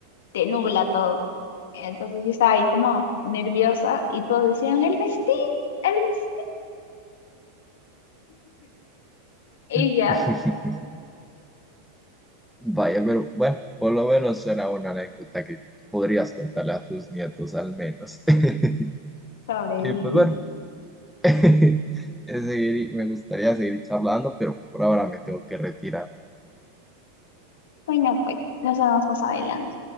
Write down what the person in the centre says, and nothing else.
<laughs>
Vaya, pero bueno, por lo menos suena una anécdota que podrías contarle a tus nietos al menos. <laughs>
Y pues bueno, <laughs> seguir- me gustaría seguir charlando, pero por ahora me tengo que retirar.